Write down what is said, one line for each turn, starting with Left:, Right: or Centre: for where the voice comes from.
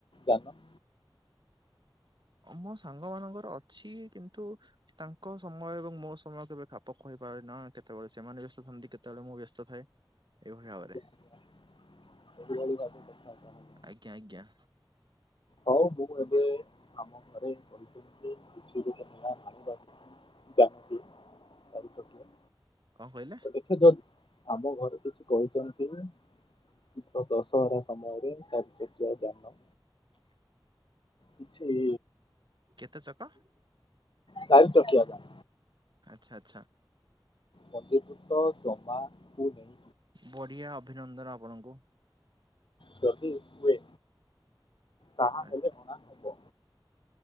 Left: ଯାନ।
Right: ମୋ ସାଙ୍ଗ ମାନଙ୍କର ଅଛି, କିନ୍ତୁ ତାଙ୍କ ସମୟ ଏବଂ ମୋ ସମୟ କେବେ ଖାପ ଖୁଆଇପାରେ ନା। କେତେବେଳେ ସେମାନେ ବ୍ୟସ୍ତ ଥାନ୍ତି, କେତେବେଳେ ମୁଁ ବ୍ୟସ୍ତ ଥାଏ? ଏଇଭଳି <unintelligible>
Left: ଆଜ୍ଞା,
Right: ବରେ
Left: ଆଜ୍ଞା। ଏହିଭଳି ଭାବେ କଥା ତାହେଲେ।
Right: ଆଜ୍ଞା, ଆଜ୍ଞା।
Left: ହଉ, ମୁଁ ଏବେ ଆମ ଘରେ କହିଛନ୍ତି କିଛି ବି <unintelligible> ଆଣିବା <unintelligible> ଯାହାବି ଚାରି ପଟିଆ।
Right: କଣ କହିଲେ?
Left: ଏଠେ ଯଦ୍, ଆମ ଘରେ କିଛି କହିଚନ୍ତି ଠିକ ଦଶହରା ସମୟରେ ଚାରି ଚକିଆ ଯାନ କିଛି-ଇ
Right: କେତେ ଚକ?
Left: ଚାରି ଚକିଆ ଯାନ।
Right: ଆଚ୍ଛା, ଚ୍ଛା, ଚ୍ଛା।
Left: ପଣ୍ଡିତୁତ ଜମାକୁୁ ନେଇ
Right: ବଢିଆ ଅଭିନନ୍ଦନ ଆପଣଙ୍କୁ।
Left: ଯଦି ହୁଏ। ତାହା
Right: ଆ <unintelligible>
Left: ହେଲେ ଅଣା ହେବ